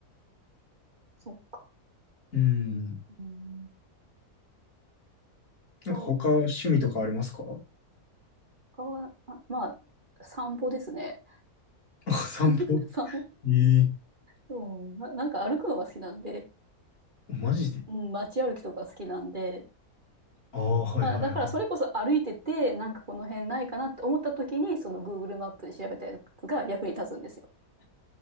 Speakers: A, on the right; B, on the left.
A: そっか。
B: うん。
A: うん。そう。
B: なんか他趣味とかありますか
A: 他は、あまあ、散歩ですね。
B: あ、散歩。
A: <laughs> 散歩
B: ええ
A: そう、な、なんか歩くのが好きなんで、
B: マジで
A: うん、街歩きとか好きなんで、
B: ああ、はいはいはい。
A: まあ、だからそれこそ歩いてて、なんかこの辺ないかなって思った時に、その Google マップで調べたやつが役に立つんですよ。